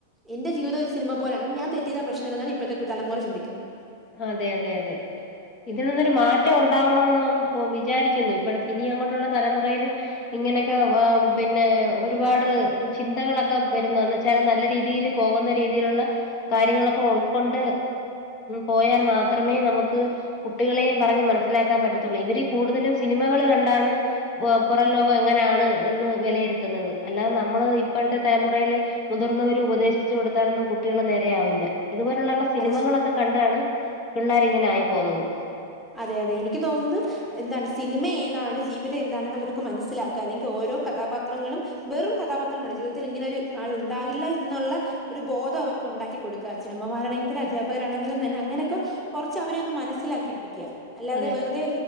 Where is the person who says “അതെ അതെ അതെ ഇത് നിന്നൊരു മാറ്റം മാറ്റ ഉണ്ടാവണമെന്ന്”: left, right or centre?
Left